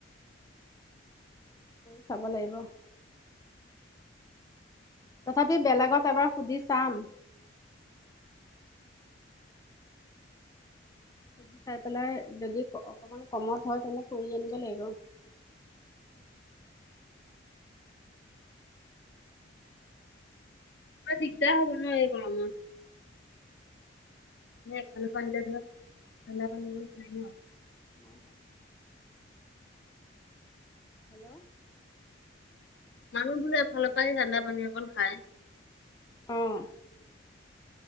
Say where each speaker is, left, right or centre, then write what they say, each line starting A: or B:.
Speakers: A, on the left (about 15°); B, on the left (about 60°).
A: কৰি চাব লাগিব। তথাপি বেলেগত এবাৰ সুধি চাম। সুধি চাই পেলাই যদি অকমান কমত হয়, তেনে কৰি আনিব লাগিব।
B: অ' দিগদাৰ হ'ব ন' এই গৰমত। এনেই এই ফালৰ পৰা আহিলে ধৰ ঠাণ্ডা পানী খাই ন'
A: হয় ন'। হেল্ল'।
B: মানুহ বোনে এফালৰ পৰা আহি ঠাণ্ডা পানী অকন খায়।
A: অঁ।